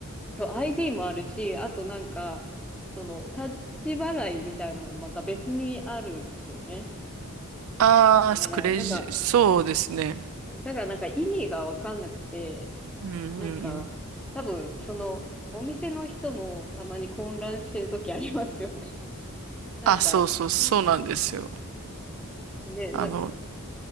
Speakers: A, in the centre; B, on the right.
A: そう、ID もあるし、あとなんか、その、タッチ払いみたいなのまた別にあるんですよね。
B: ああ、
A: だから、
B: クレジ、
A: なんか、
B: そうですね。
A: だからなんか意味がわかんなくて、
B: うんうんうん。
A: なんか、多分、その、お店の人もたまに混乱してる時ありますよね。<laughs> なんか、
B: あ、そうそう、そうなんですよ。
A: うんね、
B: あの、
A: な、